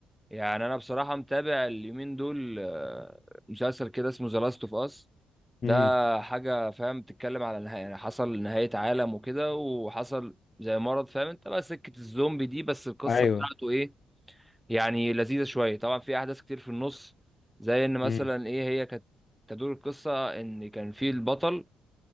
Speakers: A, in the centre; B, on the left.
A: يعني انا بصراحه متابع اليومين دول آه، مسلسل كده اسمه ذا لاست اوف اس ده
B: امم
A: حاجه فاهم بتتكلم على نهايه يعني حصل نهايه عالم وكده وحصل زي مرض فاهم انت بقى سكه الزومبي دي بس القصه
B: ايوه
A: بتاعته ايه يعني لذيذه شويه طبعا في احداث كتير في النص زي ان مثلا
B: امم
A: ايه هي كانت تدور القصه ان كان في البطل